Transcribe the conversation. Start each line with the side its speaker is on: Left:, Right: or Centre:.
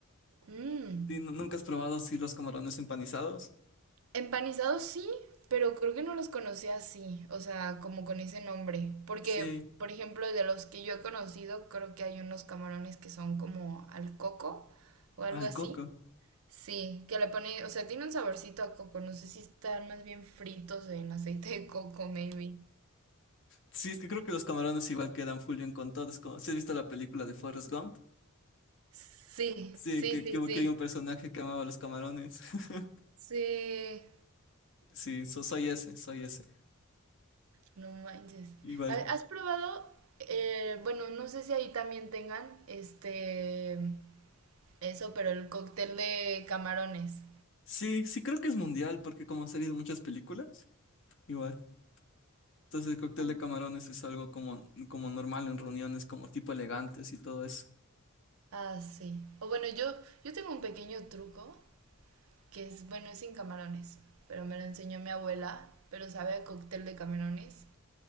Right: Mm.
Left: Sí, nu- ¿nunca has probado sí, los camarones empanizados?
Right: Empanizados sí, pero creo que no los conocía así, o sea, como con ese nombre. Porque,
Left: Sí,
Right: por ejemplo, de los que yo he conocido, creo que hay unos camarones que son como al coco o algo
Left: al
Right: así.
Left: coco.
Right: Sí, que le pone, o sea, tiene un saborcito a coco, no sé si están más bien fritos en aceite de coco, maybe.
Left: Sí, es que creo que los camarones igual quedan full bien con todos. como- ¿Sí has visto la película de Forrest Gump?
Right: Sí,
Left: Sí,
Right: sí,
Left: que, que,
Right: sí, sí.
Left: que había un personaje que amaba los camarones. <laughs>
Right: Sí,
Left: Sí, so- soy ese, soy ese.
Right: no manches.
Left: Igual.
Right: Ha- ¿Has probado? eh, bueno, no sé si ahí también tengan este eso, pero el cóctel de camarones.
Left: Sí, sí creo que es mundial porque como han salido muchas películas. Igual. Entonces el cóctel
Right: Mm.
Left: de camarones es algo como, como normal en reuniones, como tipo elegantes y todo eso.
Right: Ah, sí. O bueno, yo, yo tengo un pequeño truco que es, bueno, es sin camarones, pero me lo enseñó mi abuela, pero sabe a cóctel de camarones.